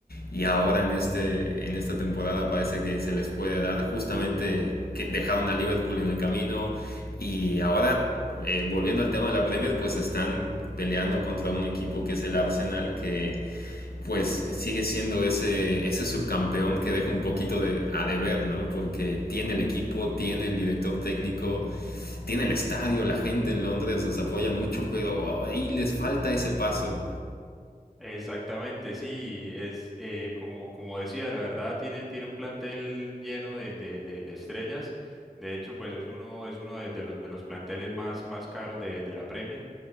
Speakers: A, on the left; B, in the centre.
A: Y ahora en, este, en esta temporada parece que se les puede dar, justamente que dejaron a Liverpool en el camino y ahora eh, volviendo al tema de la Premier, pues están peleando contra un equipo que es el Arsenal, que pues sigue siendo ese, ese subcampeón que deja un poquito de, a deber, ¿no? Porque tiene el equipo, tiene el director técnico, tiene el estadio, la gente en Londres los apoya mucho, pero ahí les falta ese paso.
B: Exactamente, sí, es eh, como, como decía, la verdad tiene, tiene un plantel lleno de, de, de, de estrellas. De hecho, pues es uno, es uno de, de los de los planteles más, más caros de, de la Premier.